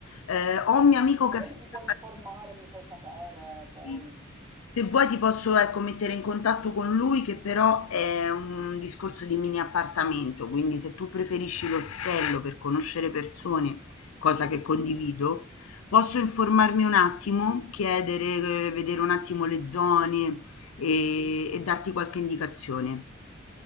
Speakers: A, on the left; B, on the right.
A: Eh, ho un
B: Ok,
A: mio amico
B: Magari
A: che ha fatto
B: ti puoi informare e mi fai sapere poi.
A: Sì. Se vuoi ti posso, ecco, mettere in contatto con lui che però è un discorso di mini appartamento, quindi se tu preferisci l'ostello per conoscere persone, cosa che condivido, posso informarmi un attimo, chiedere, eh, vedere un attimo le zone e, e darti qualche indicazione.